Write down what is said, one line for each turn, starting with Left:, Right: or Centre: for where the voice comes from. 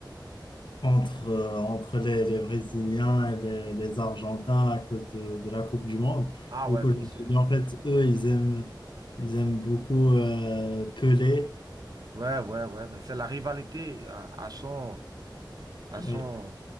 Left: entre, euh, entre les, les Brésiliens et les, les Argentins à cause de, de la Coupe du Monde.
Right: Ah
Left: Du
Right: ouais,
Left: coup,
Right: mais
Left: je me
Right: il se...
Left: suis dit, en fait, eux, ils aiment, ils aiment beaucoup euh, Pelé.
Right: Ouais, ouais, ouais, mais c'est la rivalité à, à son, à
Left: Oui.
Right: son,